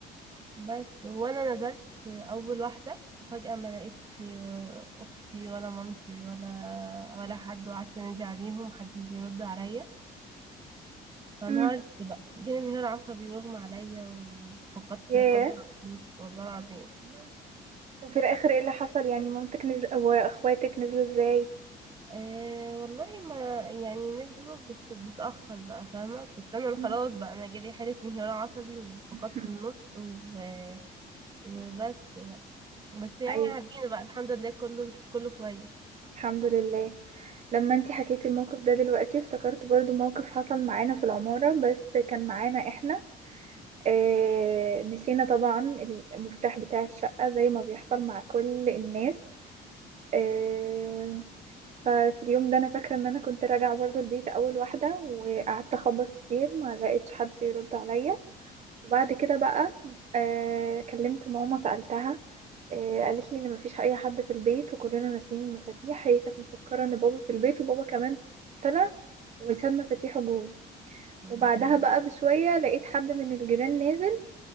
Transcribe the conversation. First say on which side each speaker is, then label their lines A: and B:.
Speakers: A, on the right; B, on the right.
A: بس وانا نزلت اول واحده وفجاه ما لقيتش اختي ولا مامتي ولا ولا حد وقعدت انادي عليهم محدش بيرد عليا فانهارت
B: امم
A: بقى جالي انهيار عصبي واغمى عليا وفقدت
B: ياه
A: القدره على النطق والله العظيم بس
B: وفي الاخر ايه اللي حصل يعني مامتك نزل واخواتك نزلوا ازاي
A: آه والله ما يعني نزلوا بس متأخر بقى فاهمة كنت أنا
B: مم.
A: خلاص بقى أنا جالي حالة انهيار عصبي وفقدت
B: <laughs>
A: النطق و- وبس بس يعني
B: ايوه
A: عدينا بقى الحمد لله كله كله كويس
B: الحمد لله لما انتي حكيتي الموقف ده دلوقتي افتكرت برضو موقف حصل معانا في العمارة بس كان معانا احنا اه نسينا طبعا المفتاح بتاع الشقة زي ما بيحصل مع كل الناس اه ففي اليوم ده انا فاكرة ان انا كنت راجعة برضو البيت اول واحدة وقعدت اخبط كتير ما لقيتش حد بيرد عليا وبعد كده بقى آه كلمت ماما سألتها آه قالت لي ان مفيش اي حد في البيت وكلنا ناسيين المفاتيح هي كانت مفكرة ان بابا في البيت وبابا كمان طلع وساب مفاتيحه جوه
A: مم.
B: وبعدها بقى بشوية لقيت حد من الجيران نازل